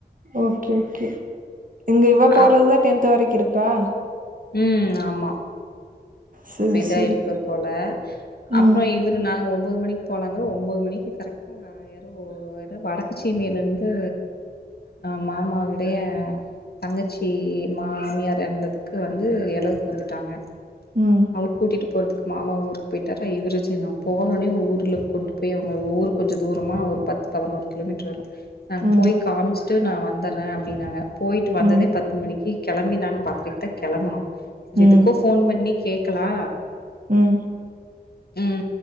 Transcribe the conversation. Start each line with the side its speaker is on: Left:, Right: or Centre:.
Right: ஓகே ஓகே இங்க இவ போறதுதா
Left: அப்
Right: டென்த் வரைக்கு இருக்கா
Left: ம் ஆமா
Right: சரி
Left: இப்ப இதாயிருக்கு
Right: சரி
Left: போல அப்றோ
Right: ம்
Left: இது தோட நாங்க ஒன்போது மணிக் போலாங்க ஒன்போது மணிக்கு கரெக்டா அ யாரோ வடக்கு சீமைய்லந்து அ மாமாவிடய தங்கச்சி மாமியார் எர்ந்ததுக்கு வந்து எளவுக்கு வந்துட்டாங்க
Right: ம்
Left: அவுர் கூட்டிட்டு போறதுக்கு மாமா ஊருக்கு போய்ட்டாரா இவுரு சின்னவ போனோன்னே ஊர்ல கொண்டுன் போய் அவுங்க ஊரு கொஞ்ச தூரமா ஒரு பத்து பதினோரு கிலோமீட்ரு வரும் நாங்
Right: ம்
Left: போய் காம்ச்சுட்டு நா வந்துறே அப்டின்னாங்க போய்ட்டு வந்ததே
Right: ம்
Left: பத் து மணிக்கு கெளம்பி நாங்க பத்ரைக்தா கிளம்புனோ
Right: ம்
Left: எதுக்கோ ஃபோன் பண்ணி கேக்கலா
Right: ம்
Left: ம்